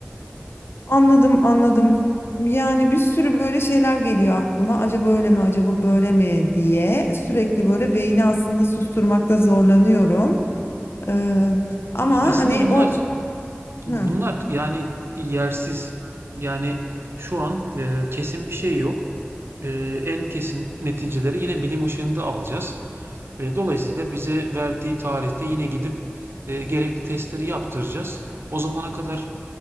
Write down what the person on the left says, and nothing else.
Anladım anladım. Yani bir sürü böyle şeyler geliyor aklıma. Acaba öyle mi, acaba böyle mi diye sürekli böyle beyni aslında susturmakta zorlanıyorum. Ee, ama
hani
o
Hı.